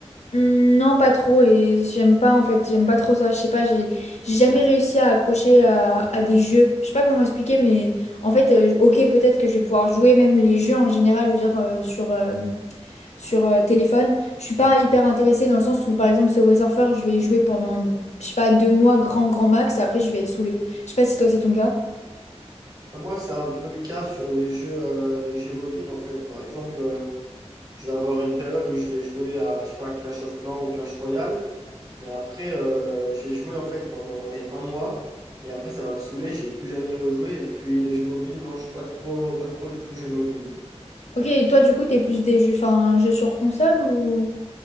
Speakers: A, on the left; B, on the right.
A: Hmm, Non, pas trop et j'aime pas en fait, j'aime pas trop ça. Je sais pas, j'ai j'ai jamais réussi à accrocher à, à des jeux. Je sais pas comment expliquer, mais en fait, euh, ok, peut-être que je vais pouvoir jouer même les jeux en général, je veux dire euh, sur euh, sur euh, téléphone. Je suis pas hyper intéressée dans le sens où par exemple Subway Surfer, je vais y jouer pendant je sais pas deux mois grand grand max et après je vais être saoulée. Je sais pas si toi c'est ton cas.
B: Euh, Moi, c'est un peu le cas sur les jeux, euh, les jeux mobiles en fait. Par exemple, euh, je vais avoir une période où je vais jouer à, je sais pas, Clash of Clans ou Clash Royale, mais après, euh, je vais jouer en fait pendant, allez, un mois, et après, ça va me saouler, je vais plus jamais y rejouer. Et puis, les jeux mobiles, non, je suis pas trop, pas trop du tout jeu mobile.
A: Ok, et toi du coup t'es plus des jeux, enfin jeux sur console ou?